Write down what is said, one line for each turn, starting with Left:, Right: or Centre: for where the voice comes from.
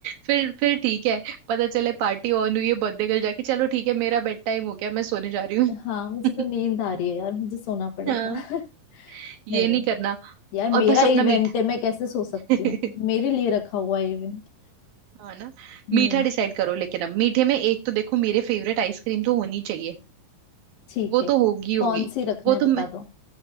Right: फिर फिर ठीक है पता चले पार्टी ऑन हुई है बर्थडे कल जाके चलो ठीक है मेरा बेड टाइम हो गया मैं सोने जा रही हूँ
Left: हाँ मुझे
Right: <laughs>
Left: तो नींद आ रही है यार मुझे सोना पड़ेगा
Right: हाँ
Left: <laughs>
Right: ये
Left: नहीं नहीं
Right: नहीं करना
Left: यार मेरा
Right: और बस अपना
Left: इवेंट
Right: मीठा
Left: है मैं कैसे सो सकती
Right: <laughs>
Left: हूँ मेरे लिए रखा हुआ है इवेंट
Right: हाँ ना
Left: हम्म
Right: मीठा डिसाइड करो लेकिन अब मीठे में एक तो देखो मेरे फेवरेट आइसक्रीम तो होनी चाहिए
Left: ठीक
Right: वो
Left: है
Right: तो होगी होगी
Left: कौन सी रखना
Right: वो
Left: है
Right: तो
Left: बता दो